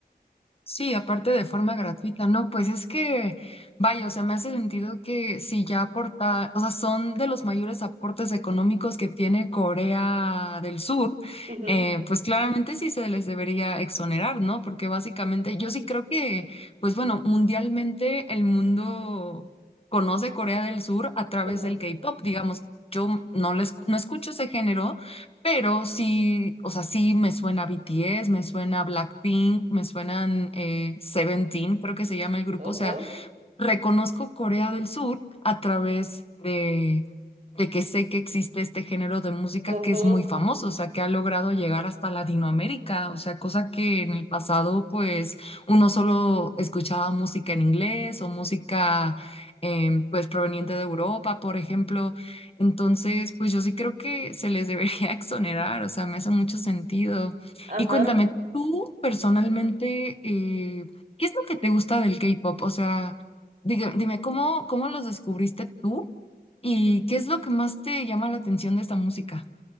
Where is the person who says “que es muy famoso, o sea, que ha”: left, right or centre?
Left